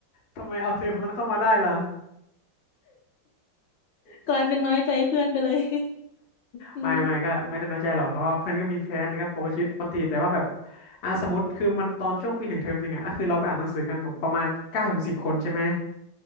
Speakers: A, on the left; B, on the left.
A: ทำไมเอาเธอคนนั้นเข้ามาได้ล่ะ
B: กลายเป็นน้อยใจเพื่อนไปเลยอืม
A: ไม่ไม่ก็ไม่ได้น้อยใจหรอกเพราะว่าเพื่อนก็มีแฟนนะครับปกติชีวิตปกติแต่ว่าแบบอ่ะสมมติคือมันตอนช่วงปีหนึ่งเทอมหนึ่งอ่ะก็คือเราไปอ่านหนังสือกันแบบประมาณเก้าถึงสิบคนใช่ไหม